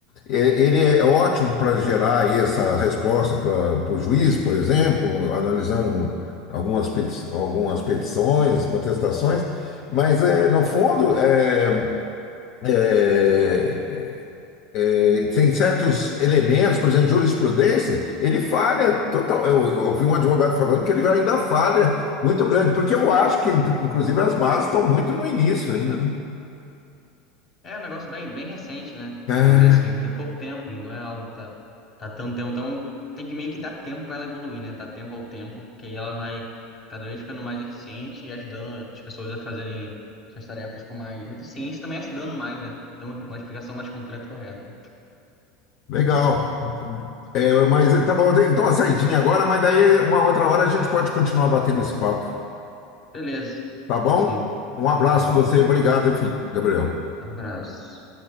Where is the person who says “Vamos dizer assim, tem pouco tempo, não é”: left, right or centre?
Left